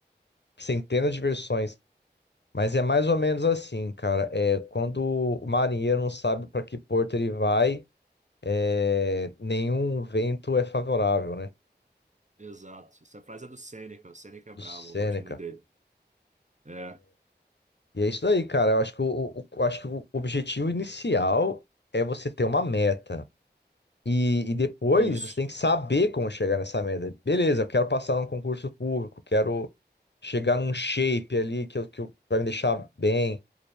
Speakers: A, on the left; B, on the right.
A: centenas de versões, mas é mais ou menos assim, cara. É, quando o marinheiro não sabe para que porto ele vai, é, nenhum vento é favorável, né?
B: Exato. Essa frase é do Seneca. O Seneca é
A: Do
B: brabo,
A: Sêneca.
B: eu gosto muito dele. É,
A: E é isso daí, cara. Eu acho que o, o- o- acho que o objetivo inicial é você ter uma meta. E, e depois
B: isso.
A: você tem que saber como chegar nessa meta. Beleza, eu quero passar num concurso público, quero. chegar num shape ali que, eu, que eu- vai me deixar bem,